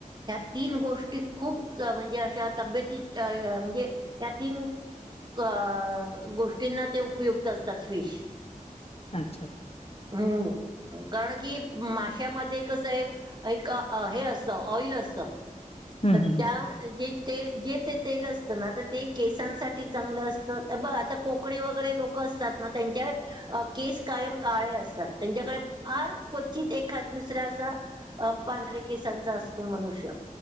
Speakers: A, on the right; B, on the left.
A: ह्या तीन गोष्टी खूप म्हणजे अशा तब्यती अह म्हणजे ह्या तीन क अह गोष्टींना ते उपयुक्त असतात फिश.
B: अच्छा.
A: हम्म. कारण की माश्यामध्ये कसय एक हे असतं ऑइल असत.
B: हम्म
A: तर
B: हम्म हम्म
A: त्या जे ते जे ते तेल असतं ना तर ते केसांसाठी चांगलं असतं ब आता कोकणी वगैरे लोक अस तात म त्यांच्या अह केस कायम काळे असतात त्यांच्याकडे फार क्वचित एखाद दुसरा असा अह पांढरे केसांचा असतो मनुष्य.